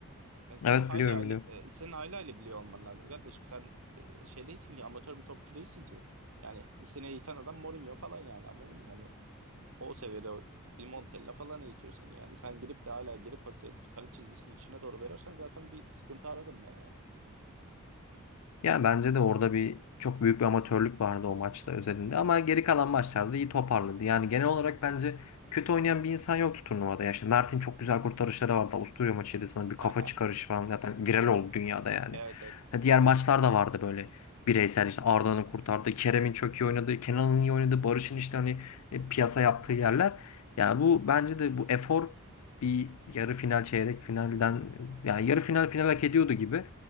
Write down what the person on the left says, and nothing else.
Evet
biliyorum
biliyorum.
Ya bence de orada bir çok büyük bir amatörlük vardı o maçta özelinde ama geri kalan maçlarda iyi toparladı. Yani genel olarak bence kötü oynayan bir insan yoktu turnuvada. Ya işte Mert'in çok güzel kurtarışları vardı. Avusturya maçıydı sana bir kafa
çıkarışı falan zaten viral oldu dünyada yani.
Ha, diğer maçlar da vardı böyle bireysel işte Arda'nın kurtardığı, Kerem'in çok iyi oynadığı, Kenan'ın iyi oynadığı, Barış'ın işte hani e, piyasa yaptığı yerler. Yani bu bence de bu efor bir yarı final çeyrek finalden yani yarı final final hak ediyordu gibi.